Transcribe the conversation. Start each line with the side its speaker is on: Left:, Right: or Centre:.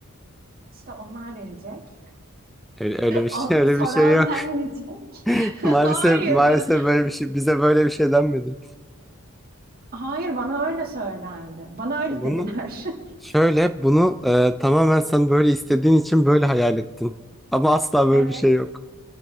Right: İşte onlar verecek.
Centre: Öyle, öyle bir şey,
Right: O,
Centre: öyle bir
Right: soran
Centre: şey yok.
Right: verecek.
Centre: <laughs>
Right: <laughs>
Centre: Maalesef,
Right: Hayır
Centre: maalesef
Right: canım.
Centre: böyle bir şey, bize böyle bir şey denmedi.
Right: Hayır bana öyle söylendi. Bana öyle
Centre: Bunu
Right: dediler. <laughs>
Centre: şöyle, bunu e, tamamen sen böyle istediğin için böyle hayal ettin. Ama asla böyle
Right: Evet.
Centre: bir şey yok.